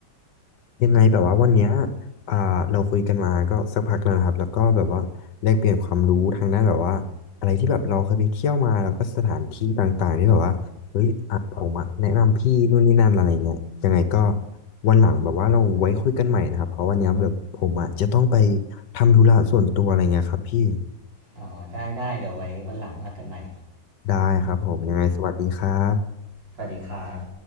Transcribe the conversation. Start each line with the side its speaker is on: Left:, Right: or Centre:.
Left: ยังไงแบบว่าวันเนี้ยอ่าเราคุยกันมาก็สักพักแล้วนะครับแล้วก็แบบว่าแลกเปลี่ยนความรู้ทางด้านแบบว่าอะไรที่แบบเราเคยไปเที่ยวมาแล้วก็สถานที่ต่างๆที่แบบว่าเฮ้ยอ่ะผมอะแนะนำพี่นู่นนี่นั่นอะไรเงี้ยยังไงก็วันหลังแบบว่าเราไว้คุยกันใหม่นะครับเพราะวันเนี้ยแบบผมอะจะต้องไปทำธุระส่วนตัวอะไรเงี้ยครับพี่
Right: อ๋อได้ได้ เดี๋ยวไว้วันหลังว่ากันใหม่
Left: ได้ครับผมยังไงสวัสดีครับ
Right: สวัสดีครับ